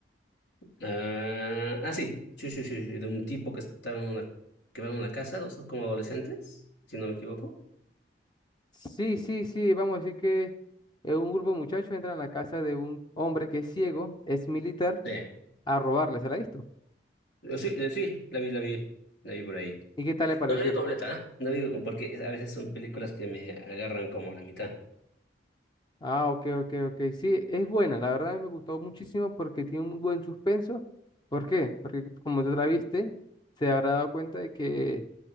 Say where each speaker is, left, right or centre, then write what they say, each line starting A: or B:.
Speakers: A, on the left; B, on the left.
A: ah, ah, sí. Sí, sí, sí, sí, de un tipo que estaba en una, que va en una casa, dos como adolescentes, si no me equivoco.
B: Sí, sí, sí, vamos a decir que eh, un grupo de muchachos entran a la casa de un hombre que es ciego, es militar,
A: Sí.
B: a robarle, ¿se la ha visto?
A: Sí, sí, la vi, la vi, la vi por ahí.
B: ¿Y qué tal le pareció?
A: No la vi completa, ¿no? No vi porque a veces son películas que me agarran como a la mitad.
B: Ah, ok, ok, ok. Sí, es buena, la verdad a mí me gustó muchísimo porque tiene un buen suspenso. ¿Por qué? Porque como tú la viste, se habrá dado cuenta de que